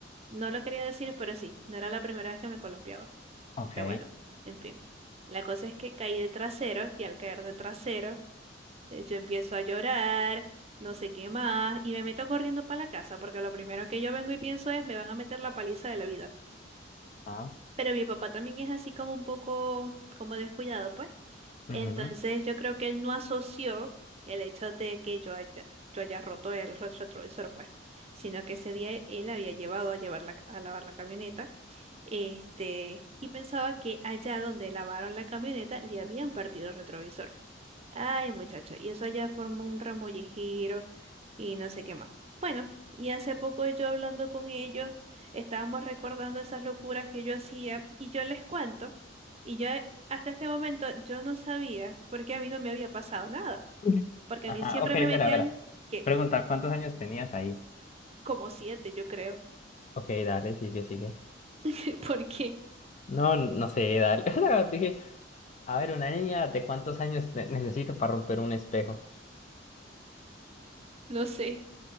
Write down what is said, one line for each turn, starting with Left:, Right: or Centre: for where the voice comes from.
Right: no lo quería decir, pero sí, no era la primera vez que me columpiaba.
Left: Ok.
Right: Pero bueno, en fin. La cosa es que caí de trasero y al caer de trasero Eh, Yo empiezo a llorar, no sé qué más, y me meto corriendo para la casa, porque lo primero que yo vengo y pienso es, me van a meter la paliza de la vida.
Left: Ah,
Right: Pero mi papá también es así como un poco, como descuidado, pues. Entonces
Left: ujú.
Right: yo creo que él no asoció el hecho de que yo haya, yo haya roto el re- retrovisor, pues, sino que ese día él había llevado a, llevar la- a lavar la camioneta, este, y pensaba que allá donde lavaron la camioneta le habían partido el retrovisor. Ay, muchacho, y eso ya formó un remollejero y no sé qué más. Bueno, y hace poco yo hablando con ellos, estábamos recordando esas locuras que yo hacía y yo les cuento, y yo eh, hasta este momento yo no sabía porque a mí no me había pasado nada,
Left: <laughs>
Right: porque
Left: Ajá,
Right: a mí siempre
Left: ok,
Right: me metían,
Left: verá, verá.
Right: ¿qué?
Left: Pregunta, ¿cuántos años tenías ahí?
Right: Como siete, yo creo.
Left: Ok, dale, sigue, sigue.
Right: <laughs> ¿Por qué?
Left: No, no sé, dale. <laughs> O sea, dije, a ver, una niña, ¿de cuántos años ne- necesito para romper un espejo?
Right: No sé.